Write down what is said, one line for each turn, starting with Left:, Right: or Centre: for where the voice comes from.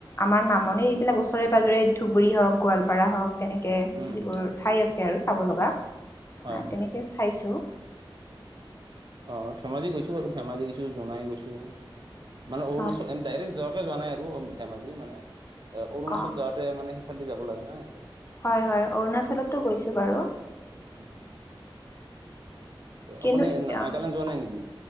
Left: আমাৰ নামনি এইবিলাক ওচৰে পজৰে ধুবুৰী হওঁক গোৱালপাৰা হওঁক তেনেকে
Right: উম
Left: যিবোৰ
Right: উম উম
Left: ঠাই আছে আৰু চাব লগা
Right: হয় হয়
Left: তেনেকৈ চাইছোঁ।
Right: অ' ধেমাজি গৈছো, আৰু ধেমাজি গৈছো জোনাই গৈছো মানে অৰুণাচল
Left: হয়
Right: এ ডাইৰেক্ট যোৱা তে যোৱা নাই আৰু ধেমাজিৰে মানে অৰুণাচল
Left: অ
Right: যাওঁতে মানে সিফালদি যাব লাগে নাই
Left: হয় হয় অৰুণাচলতো গৈছোঁ বাৰু
Right: উম
Left: কিন্তু
Right: আপুনি
Left: অ
Right: নাগালেণ্ড যোৱা নাই নেকি?